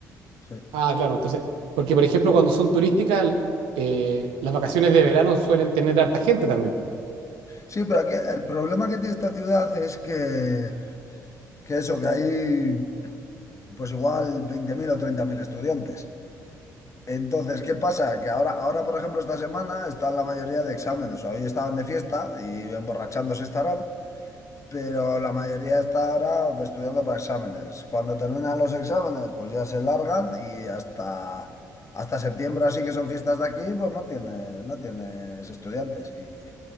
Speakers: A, on the left; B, on the right.
A: sí.
B: Ah, claro, entonces, porque por ejemplo cuando son turísticas, eh, las vacaciones de verano suelen tener harta gente también.
A: Sí, pero aquí el problema que tiene esta ciudad es que, que eso, que hay pues igual 20.000 o 30.000 estudiantes. Entonces, ¿qué pasa? Que ahora, ahora, por ejemplo, esta semana están la mayoría de exámenes. O sea, hoy estaban de fiesta y emborrachándose estarán, pero la mayoría está ahora estudiando para exámenes. Cuando terminan los exámenes, pues ya se largan y hasta, hasta septiembre, así que son fiestas de aquí, pues no tiene, no tienes estudiantes. y